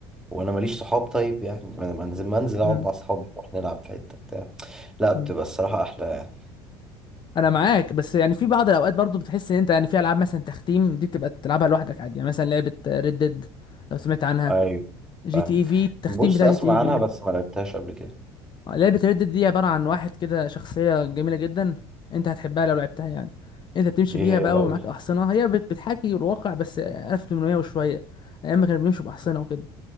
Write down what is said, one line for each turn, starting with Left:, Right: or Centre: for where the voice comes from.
Centre: وانا ماليش صحاب طيب يعني ما انا منزل منزل اقعد
Left: امم
Centre: مع صحابي نروح نلعب في حته بتاع لا بتبقى
Left: أمم.
Centre: الصراحه احلى يعني
Left: انا معاك بس يعني في بعض الاوقات برضو بتحس ان انت يعني في العاب مثلا تختيم دي بتبقى تلعبها لوحدك عادي يعني مثلا لعبة ريد ديد لو سمعت عنها
Centre: ايوه
Left: جي
Centre: فاهمك
Left: تي اي في التختيم
Centre: بص
Left: بتاع
Centre: اسمع
Left: جي تي اي في
Centre: عنها بس ما لعبتهاش قبل كده
Left: لعبة ريد ديد دي عبارة عن واحد كده شخصية جميلة جدا انت هتحبها لو لعبتها يعني انت بتمشي
Centre: ايه
Left: بيها
Centre: هي
Left: بقى
Centre: بقول
Left: ومعاك احصنة هي بت- بتحاكي الواقع بس 1800 وشوية ايام ما كانوا بيمشوا باحصنة وكده